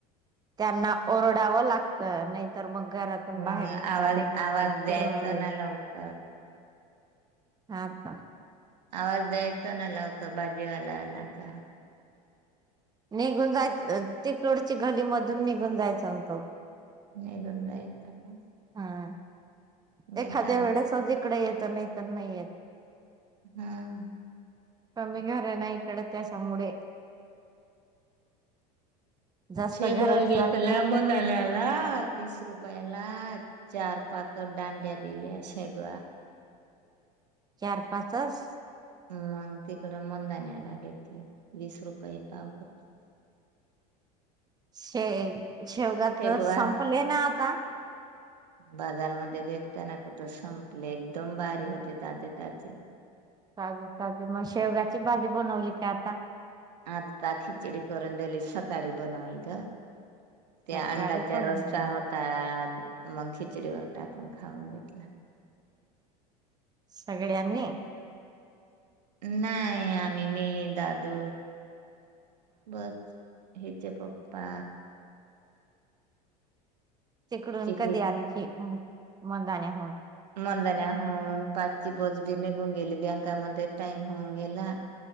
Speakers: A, on the right; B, on the right.
A: त्यांना ओरडावं लागतं, नाहीतर मग घरातून बाहेर
B: मग
A: निघता
B: आवाज
A: निघता
B: आवाज द्यायचं
A: पूर्ण
B: ना लवकर?
A: हा का?
B: आवाज द्याय चना लवकर. भाजीवाला ला का
A: निघून जायचं ते रोडची गाडी मधून निघून जायचं होत.
B: निघून जायचं का?
A: हां
B: देतात
A: एखाद्या वेळेसच इकडे येत तर मी तर नाही येत
B: हां
A: कमी घर ना इकडं त्याच्यामुळे. जास्त
B: शेगवाल
A: घरात
B: घेतल्या
A: जात ना
B: मन <unintelligible> आल्याला तीस रुपयाला चार पातं दांड्या दिल्या शेगवा
A: चार पाचंच
B: मग तिकडं मंदानला घेतले वीस रुपये पाव होते.
A: शे शेवगा
B: शेगवा
A: तर संपले ना का
B: बाजारमध्ये भेटता ना कुठं संपले एकदम भारी होते ताजे ताजे.
A: ताजे ताजे मग शेवगाची भाजी बनवली काय आता?
B: आता खिचडी करून दिली सकाळी बनवल ग. त्या
A: सकाळी
B: अंड्याच्या
A: बनवली
B: रस्सा होता. मग खिचडीवर टाकून खाऊन घेतला.
A: सगळ्यांनी
B: नाही आम्ही, मी दादू बस. हेजे पप्पा
A: तिकडून
B: किती
A: कधी आली फि मंदान होवून
B: मंदण्या होन पाचची बस बी निघून गेली बँकामध्ये टाइम होऊन गेला.